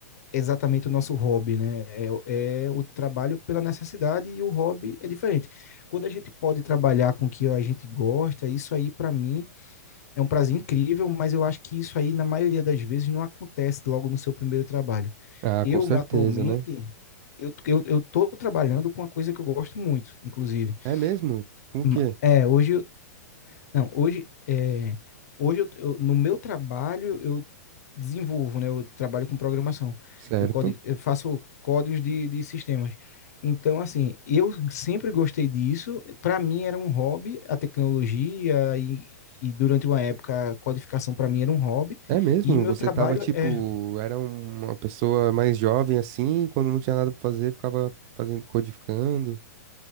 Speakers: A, on the left; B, on the right.
A: exatamente o nosso hobby, né? É, é o trabalho pela necessidade e o hobby é diferente. Quando a gente pode trabalhar com o que a gente gosta, isso aí para mim é um prazer incrível, mas eu acho que isso aí, na maioria das vezes, não acontece logo no seu primeiro trabalho.
B: Ah,
A: Eu,
B: com certeza,
A: atualmente,
B: né?
A: eu, eu, eu tô trabalhando com uma coisa que eu gosto muito, inclusive.
B: É mesmo? Com o
A: Ma-
B: quê?
A: É, hoje, não, hoje, é, hoje eu, eu- no meu trabalho eu desenvolvo, né? Eu trabalho com programação.
B: Certo.
A: Eu, codi- eu faço códigos de, de sistemas. Então, assim, eu sempre gostei disso. Para mim era um hobby, a tecnologia e, e durante uma época a codificação para mim era um hobby.
B: É mesmo?
A: E meu
B: Você
A: trabalho
B: tava tipo,
A: é,
B: era um- uma pessoa mais jovem assim, quando não tinha nada pra fazer, ficava fazendo codificando.